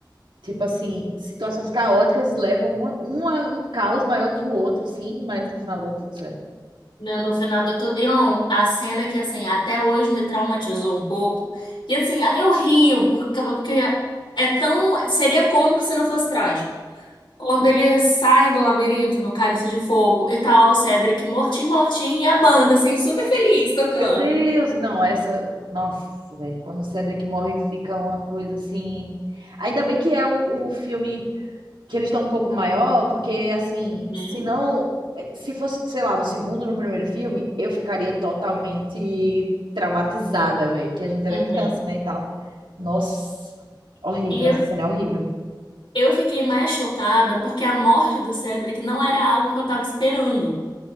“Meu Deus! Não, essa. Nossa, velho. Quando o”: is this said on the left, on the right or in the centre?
Right